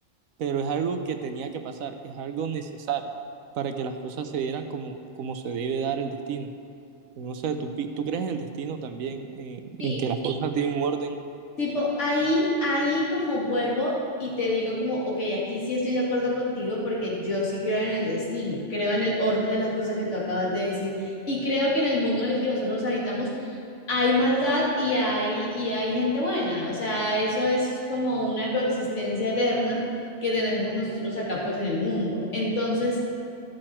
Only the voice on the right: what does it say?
pero es algo que tenía que pasar, es algo necesario para que las cosas se dieran como, como se debe dar el destino. No sé, ¿tú, pi- tú crees en el destino también, en,
en que las Sí, cosas tienen un orden?